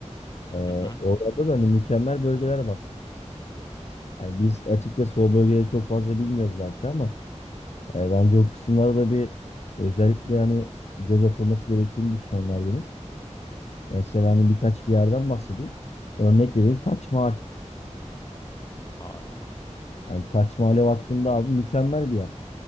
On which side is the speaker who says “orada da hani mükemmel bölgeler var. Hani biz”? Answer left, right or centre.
Left